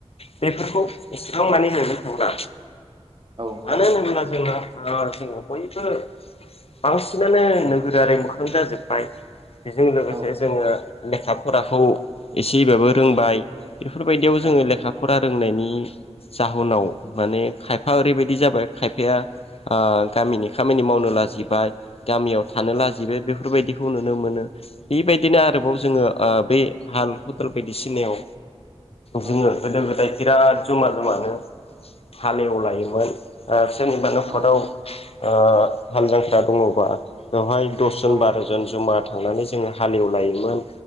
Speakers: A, on the left; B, on the right.
A: बेफोरखौ एसेबां माने नुनो थांला
B: औ
A: मानो होनोब्ला जोङो ओ बयबो बांसिनानो नोगोरारि मोखां जाजोब्बाय बेजों लोगोसे
B: औ
A: जोङो‌ लेखा फराखौ एसेबाबो रोंबाय बेफोरबायदियाव
B: औ
A: जोङो लेखा फरा रोंनायनि नि जाहोनाव माने खायफा ओरैबायदि जाबाय खायफाया ओ गामिनि खामानि मावनो लाजिबाय गामियाव थानो
B: औ
A: लाजिबाय बेफोरबायदिखौ नुनो मोनो बेबायदिनो आरोबाव
B: औ
A: जोङो ओ बेै हाल खदाल बायदिसिनायाव जोङो
B: औ
A: गोदो गोदाय बिराद जमा जमानो हालेवलायोमोन ओ सोरनिबा न'खराव
B: औ
A: ओ हाल जांख्रा दङबा बेवहाय दसजन
B: औ
A: बार'जन जमा थांनानै जोङो हालेवलायोमोन